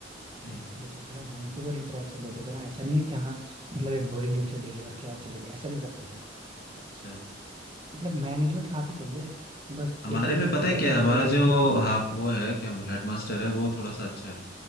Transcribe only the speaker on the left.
हम्म
अच्छा
हमारे
में पता
है क्या
है
हमारा
जो
हाँ वो है क्या हेडमास्टर है वो थोड़ा सा अच्छा है